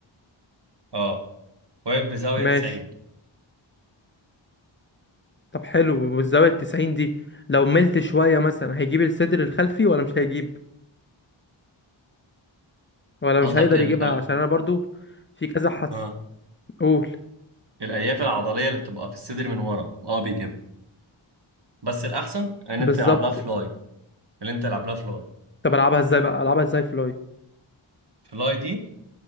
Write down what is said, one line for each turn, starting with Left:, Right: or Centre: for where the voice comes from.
Right: اه واقف بزاوية
Left: ماشي
Right: 90
Left: طب حلو والزاوية التسعين دي لو ملت شوية مثلا هيجيب الصدر الخلفي ولا مش هيجيب ولا
Right: قصدك
Left: مش هيقدر
Right: ال...
Left: يجيبها
Right: ال...
Left: عشان انا برضو في كذا حس
Right: اه
Left: قول
Right: الالياف العضلية اللي بتبقى في الصدر من ورا اه بيجيبها بس الاحسن ان
Left: بالظبط
Right: انت تلعب لها فلاي اللي انت تلعب لها فلاي
Left: طب العبها ازاي بقى العبها ازاي فلاي
Right: فلاي دي